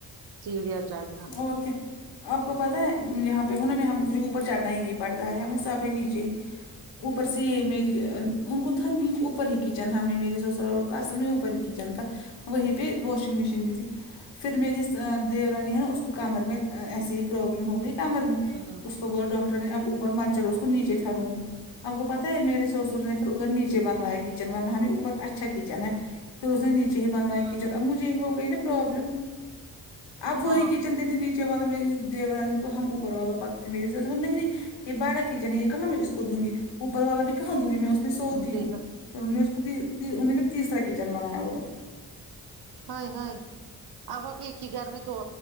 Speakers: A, on the right; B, on the left.
A: سیڑھیاں چڑھنا
B: اور کیا آپ کو پتہ ہے یہاں پے ہوں نا میں مجھے اوپر چڑھنا ہی نہیں پڑتا ہے ہمیں سبھی نیچے ہی اوپر سے میری ان کو تھا نی اوپر ہی کچن تھا ہم میرے سوسرال کا اصل میں اوپر ہی کچن تھا وہیں پے واشنگ مشین بھی تھی پھر میری دیورانی ہے نا اس کو کمر میں ایسی ہی پروابلم ہو گئی کمر میں
A: ہاں
B: اس کو بولا ڈاکٹر نے اب اوپر مت چلو اس کو نیچے تھا روم آپ کو پتہ ہے میرے سسر نے پھر ادھر نیچے نیچے بنویا کچن ورنہ ہمیں اوپر اچھا کچن ہے پھر اس نے نیچے ہی بنایا
A: ہاں
B: کچن اب مجھے یے ہو گئی نا پروابلم اب وہی
A: ہاں
B: کی چن دیتے نیچے والا میری دیورانی کو ہم اوپر والا پکڑتے میرے ساس نے بولا نہیں یے بڑا کچن ہے یے کہاں میں اس کو دوں گی اوپر والا بھی کہاں دوں گی میں اس میں سوتی
A: جی
B: ہوں پھر ان نے تی تی انہوں نے پھر تیسرا کیچڑ بنایا ادھر
A: ہائے ہائے اب اب ایک ہی گھر میں دو